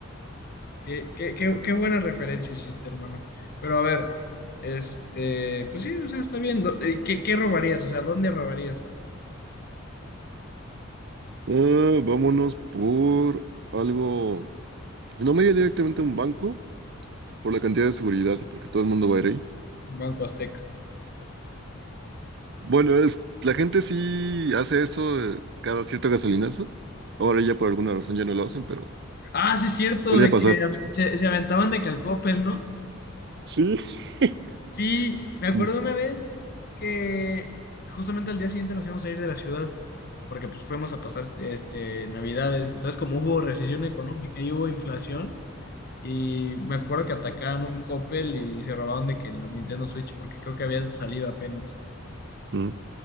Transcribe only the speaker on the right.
Ah, vámonos por algo. No me iría directamente a un banco por la cantidad de seguridad y porque todo el mundo va a ir ahí.
Bueno, es la gente sí hace eso eh, cada cierto gasolinazo. Ahora ya por alguna razón ya no lo hacen, pero
solía
pasar.
Sí. <laughs>
Mm.
Mm.